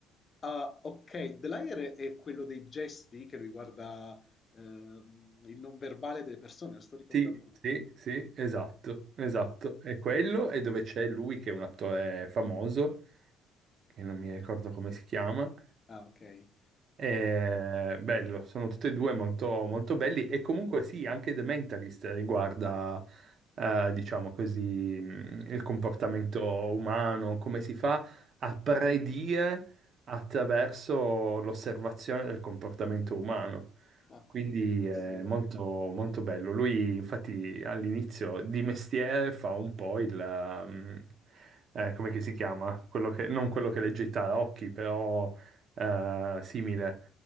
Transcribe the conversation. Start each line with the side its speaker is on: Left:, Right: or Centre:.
Left: Ah, ok. The Liar è, è quello dei gesti che riguarda ehm, il non verbale delle persone, lo sto ricordando.
Right: Sì,
Left: ma-
Right: sì,
Left: mm, mm.
Right: sì, esatto, esatto.
Left: Ok.
Right: È quello e dove c'è lui che è un attore famoso, che non mi ricordo come si chiama,
Left: Ah, ok.
Right: eh,
Left: Ok.
Right: bello, sono tutti e due molto, molto belli e comunque sì, anche The Mentalist riguarda, eh, diciamo così, mh, il comportamento umano, come si fa a predire attraverso l'osservazione del comportamento umano.
Left: Ah,
Right: Quindi
Left: bellissimo.
Right: è molto, molto bello. Lui infatti all'inizio di mestiere fa un po' il... mh, eh, come che si chiama? Quello che- non quello che legge i tarocchi, però eh, simile.